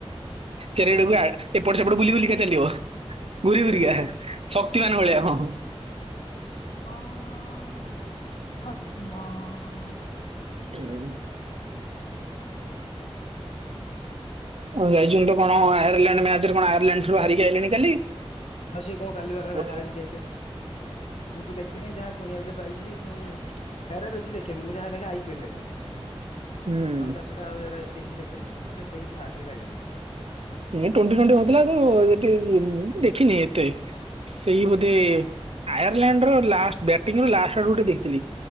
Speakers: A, on the right; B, on the left.
A: ଚାରିଆଡକୁ ଏପଟ ସେପଟ ବୁଲି ବୁଲିକା ଚାଲିବ ଘୁରି
B: ହଁ
A: ଘୁରି କା, ଶକ୍ତିମାନ ଭଳିଆ, ହଁ ହଁ
B: ମାନ ଶକ୍ତିମାନ
A: ହୁଁ। ଯାଇଛନ୍ତି ତ କଣ ଆୟାରଲାଣ୍ଡ ମ୍ୟାଚରେ କଣ ଆୟାରଲାଣ୍ଡ ଠ ହାରିକି ଆଇିଲଣି କାଲି
B: ଆ ସେ କଣ କାଲିିବା କାଳେ
A: ହଁ
B: ହାରିକି ଆଇଲେ। ମୁଁ ତ ଦେଖିନିଁ ଯାହା ଶୁଣିବାକୁ ଟିକେ ପାଇଛି ମୁଁ ହେରା ବେଶୀ ଦେଖେନି ମୁଁ ଯାହା ଦେଖେ ଆଇ ପିଏଲ୍ ଦେଖେ।
A: ହୁଁ।
B: ନହେଲେ ତା ଛଡା ଆଉ ଏ ଏତେ କିଛି ଦେଖେନି, ମତେ ଏତେ କିଛି ହାସିକି ଲାଗେନି <unintelligible>
A: ଟ୍ୱେଣ୍ଟି ଟ୍ୱେଣ୍ଟି ହଉଥିଲା ତ, ସେଠି ଦେଖିନି ଏତେ ସେଇ
B: ହୁଁ।
A: ବୋଧେ ଆୟ ଲଣ୍ଡ ଲାଷ୍ଟ ବଟିଂ ର ଲାଷ୍ଟ ଆଡ ଗୋଟେ ଦେଖଥିଲି,